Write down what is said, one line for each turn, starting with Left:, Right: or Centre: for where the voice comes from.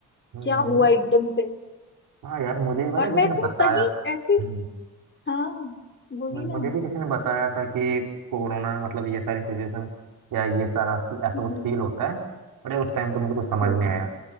Right: हम्म
Left: क्या हुआ
Right: नहीं,
Left: एकदम से
Right: हाँ यार मुझे भी पता
Left: और
Right: है, किसी
Left: मैं
Right: ने
Left: तो
Right: बताया
Left: कहीं
Right: था
Left: ऐसे
Right: हम्म
Left: हाँ वही
Right: मैं-
Left: ना
Right: मुझे भी किसी ने बताया था कि कोरोना में मतलब ये सारी सिचुएशन या ये सारा फी- ऐसा
Left: हम्म,
Right: कुछ फील होता है पर यार उस टाइम तो मुझे कुछ समझ
Left: हम्म,
Right: नहीं आया